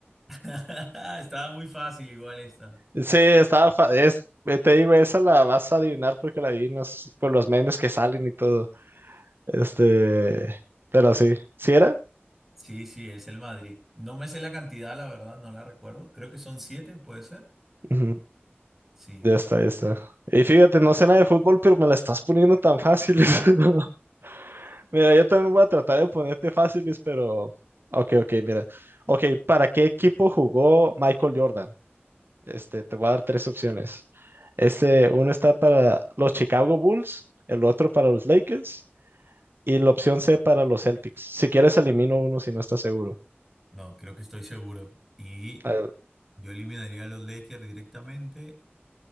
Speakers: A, in the centre; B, on the right.
A: <laughs> Estaba muy fácil igual esta.
B: Sí, estaba, fa- es, eh, te digo, esa la vas a adivinar porque la adivinas por los memes que salen y todo. Este, pero sí, ¿sí era?
A: Sí, sí, es el Madrid. No me sé la cantidad, la verdad, no la recuerdo. Creo que son siete, ¿puede ser?
B: Ujú,
A: Sí.
B: Ya está, ya está. Y fíjate, no sé nada de fútbol, pero me la estás poniendo tan fáciles. <laughs> Mira, yo también voy a tratar de ponerte fáciles, pero... Ok, ok, mira. Ok, ¿para qué equipo jugó Michael Jordan? Este, te voy a dar tres opciones. Este, uno está para los Chicago Bulls, el otro para los Lakers y la opción C para los Celtics. Si quieres, elimino uno si no estás seguro.
A: No, creo que estoy seguro. Y
B: A ver,
A: Yo eliminaría a los Lakers directamente.